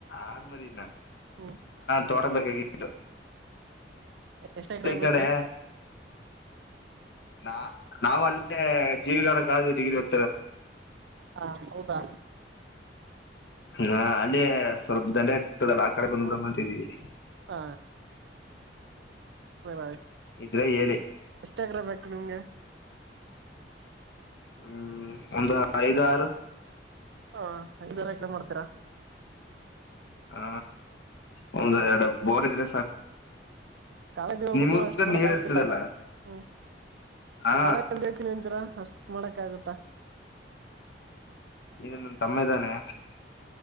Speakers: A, on the left; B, on the right.
A: ಆರುವರಿನ
B: ಹ್ಮ್
A: ತೋಟ ಬಗ್ಗೆ ಇತ್ತು
B: ಎಷ್ಟ ಎಕರೆ ಬೇಕು
A: ಕಡೆ ನಾ ನಾವಲ್ಲೆ <unintelligible> ಕಾಲೇಜಿನಲ್ಲಿ ಓದ್ತಿದ್ವಿ
B: ಆ ಹೌದಾ
A: ಹಾ ಅಲ್ಲೇ ಸ್ವಲ್ಪ ದಡಿ ಆಗ್ತಿದೆಯಲ್ಲ ಆ ಕಡೆ ಬಂದ್ಬಿಡವಿ ಅಂತಿದಿವಿ
B: ಹ <unintelligible>
A: ಇದ್ರೆ ಹೇಳಿ
B: ಎಷ್ಟು ಎಕ್ರೆರೇ ಬೇಕು ನಿಮಗೆ
A: ಹ್ಮ್ ಒಂದು ಐದಾರು ಹಾರು
B: ಹ ಐದಾರ್ ಆರು ಎಕರೆ ಮಾಡ್ತೀರಾ
A: ಹ ಹೌದು ಎರಡು ಬೋರ್ ಇದ್ರೆ
B: ಕಾಲೇಜಿಗ್ ಹೋಗ್ಬೇಕು
A: ನಿಮ್ಮೂರ್
B: ಅಷ್ಟ್
A: ಕಡೆ
B: ಮಾಡಕ್ಕ
A: ನೀರ್
B: ಆಗ್ತಾಯ್ತ
A: ಇರ್ತದಲ್ಲ
B: ಹ್ಮ್
A: ಹಾ
B: ಕಾಲೇಜಿಗ್ ಹೋಗ್ತೀನಂತೀರೋ ಅಷ್ಟ್ ಮಾಡಕ್ಕಾಗುತ್ತಾ
A: ಈಗ ನನ್ ತಮ್ಮ ಇದ್ದಾನೆ